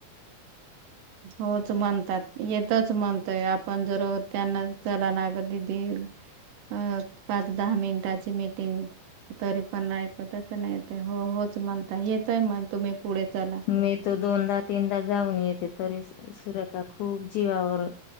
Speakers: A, on the right; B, on the left.
A: होच म्हणतात येतच म्हणतोय आपण जर त्यांना चला ना ग दिदी अ पाच दहा मिनिटाची मीटिंग तरी पण ऐकतच नाही ते हो होच म्हणता येतोय म्हण तुम्ही पुढे चला
B: मी तो दोनदा तीनदा जाऊन येते तरी सुरेखा खूप जीवावर